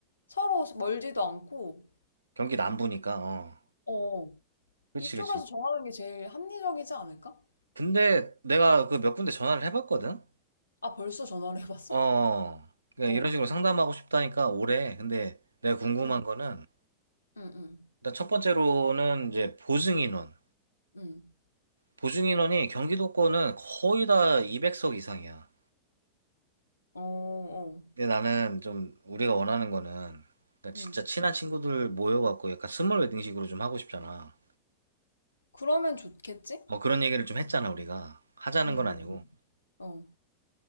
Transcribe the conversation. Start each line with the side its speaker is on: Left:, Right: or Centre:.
Left: 서로 멀지도 않고,
Right: 경기 남부니까. 어.
Left: 어. 어.
Right: 그치,
Left: 이쪽에서
Right: 그치.
Left: 정하는 게 제일 합리적이지 않을까?
Right: 근데 내가 그 몇 군데 전화를 해봤거든?
Left: 아, 벌써 전화를 해봤어?
Right: 어, 그러니까
Left: 어.
Right: 이런 식으로 상담하고 싶다니까 오래. 근데 내가 궁금한
Left: 응,
Right: 거는,
Left: 응, 응,
Right: 일단 첫 번째로는 이제 보증인원.
Left: 응.
Right: 보증인원이 경기도권은 거의 다 200석 이상이야.
Left: 어, 어.
Right: 근데 나는 좀 우리가 원하는 거는, 그러니까 진짜
Left: 응.
Right: 친한 친구들 모여갖고 약간 스몰 웨딩식으로 좀 하고 싶잖아.
Left: 그러면 좋겠지?
Right: 어, 그런 얘기를 좀 했잖아, 우리가. 하자는
Left: 음,
Right: 건 아니고.
Left: 음. 어.